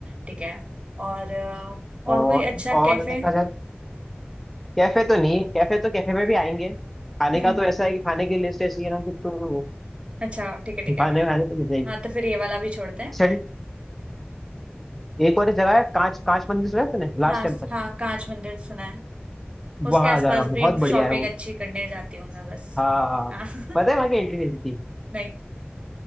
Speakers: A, on the right; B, in the centre.
A: ठीक है और अ, और
B: और
A: कोई अच्छा
B: और
A: कैफे
B: देखा जाए कैफे तो नहीं कैफे तो कैफे में भी आएंगे खाने
A: हम्म
B: का तो ऐसा है कि खाने की लिस्ट ऐसी है ना कि तू
A: अच्छा ठीक है ठीक है
B: खाने खाने तो मिल जाएगी
A: हाँ तो फिर ये वाला भी छोड़ते हैं
B: सन- एक और जगह है कांच कांच मंदिर सुना है तूने लास्ट
A: हाँ
B: टेम्पल
A: हाँ कांच मंदिर सुना है उसके
B: वहां
A: आसपास
B: जाना
A: भी
B: बहुत बढ़िया
A: शॉपिंग
B: है वो
A: अच्छी करने जाती हूँ मैं बस
B: हाँ
A: हाँ <laughs>
B: पता है वहां की एंट्री फीस थी
A: नहीं